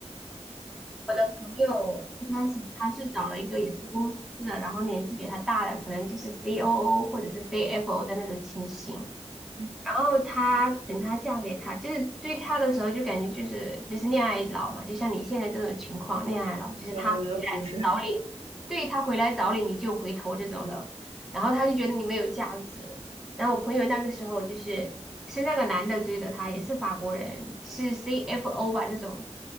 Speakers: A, in the centre; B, on the right.
A: 朋友一开始他是找了一个也是公司的，然后年纪比他大的，可能就是 COO 或者是 CFO 的那种情形。
B: 嗯，
A: 然后她等她嫁给他，就是追他的时候就感觉就是就是恋爱脑嘛，就像你现在这种情况，恋爱脑就是他回来找你，
B: 对我觉得我也是。
A: 对他回来找你你就回头这种的，然后他就觉得你没有价值。然后我朋友那个时候就是是那个男的追的他，也是法国人，是 CFO 吧这种，